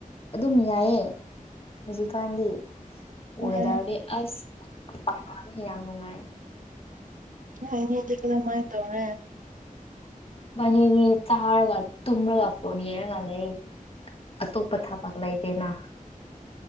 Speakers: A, on the left; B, on the right.
A: ꯑꯗꯨꯝ ꯌꯥꯏꯌꯦ ꯍꯧꯖꯤꯛꯀꯥꯟꯗꯤ
B: ꯅꯨꯡꯉꯥꯏꯔꯝꯅꯤ
A: ꯋꯦꯗꯔꯗꯤ ꯑꯁ ꯄꯛꯀꯥꯅꯤ ꯌꯥꯝ ꯅꯨꯡꯉꯥꯏ
B: ꯅꫭꯏ ꯅꯤꯗꯤ ꯀꯔꯝꯃꯥꯥꯏ ꯇꯧꯔꯦ
A: ꯏꯕꯥꯅꯤꯗꯤ ꯆꯥꯔꯒ ꯇꯨꯝꯔꯒ ꯐꯣꯟ ꯌꯦꯡꯉꯒ ꯂꯩ ꯑꯇꯣꯞꯄ ꯊꯕꯛ ꯂꯥꯏꯇꯦꯅ